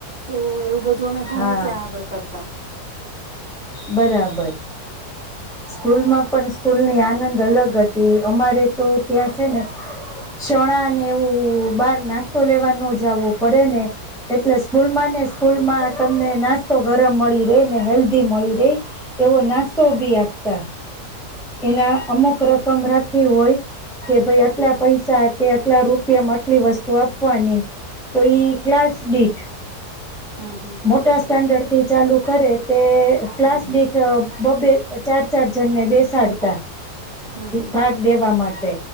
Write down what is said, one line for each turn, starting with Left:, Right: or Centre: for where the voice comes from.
Left: તો એવું બધું અમે હું
Centre: હા
Left: ત્યા આગળ તાં
Centre: બરાબર સ્કૂલ માં પણ સ્કૂલની આનંદ અલગ હતી અમારે તો ત્યાં છે ને ચણા ને એવું બહાર નાસ્તો લેવા નો જાવો પડે ને એટલે સ્કૂલમાં ને સ્કૂલમાં તમને નાસ્તો ગરમ મળી રહે ને હેલ્ધી મળી રહેે એવો નાસ્તો બી આપતા. એના અમુક રકમ રાખ કે હોય કે ભાઈ આટલા પૈસા કે આટલા રૂપિયા માં આટલી વસ્તુ આપવાની તો એ ક્લાસ દીઠ
Left: હમ હમ હમ
Centre: મોટા સ્ટાન્ડર્ડ થી ચાલુ ખરે તે
Left: હમ
Centre: ક્લાસમીટ
Left: હમ
Centre: બબે ચાર ચજણને બેસાડતા
Left: હમ હમ
Centre: ભાગ દેવા માટે